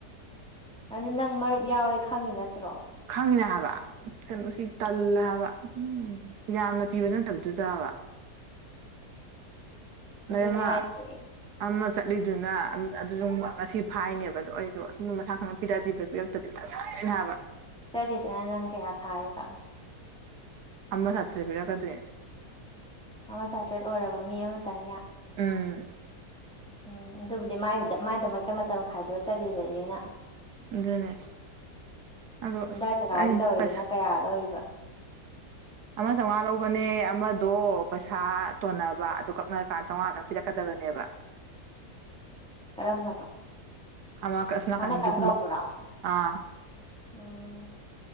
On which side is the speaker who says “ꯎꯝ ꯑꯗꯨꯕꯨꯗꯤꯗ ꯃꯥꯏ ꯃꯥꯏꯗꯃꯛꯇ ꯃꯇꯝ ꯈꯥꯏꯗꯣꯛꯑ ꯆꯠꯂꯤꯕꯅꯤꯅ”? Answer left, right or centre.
Centre